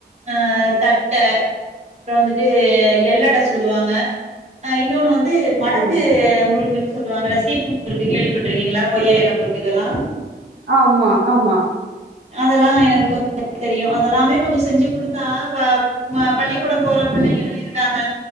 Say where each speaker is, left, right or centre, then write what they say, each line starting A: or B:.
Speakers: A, on the right; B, on the right.
A: ஆ தட்ட அப்றம் வந்துட்டு எல்லட சொல்லுவாங்க அ இன்னொன்னுவந் இது மடக்கு
B: ஆமா.
A: முறு னு சொல்லுவாங்கள சீப்பு முறுக்கு கேள்விப்பட்டு இருக்கீங்களா கொய்ய இல முறுக்கு இதெலாம்
B: ஆமா ஆமா
A: அதெலாம் எனக்கு கொஞ் <unintelligible> தெரியும் அதெலாமே கொஞ்சம் செஞ்சு குடுத்தா இப்ப ம பள்ளிக்கூடம் போற புள்ளைங்களும் இருக் இருக்காங்க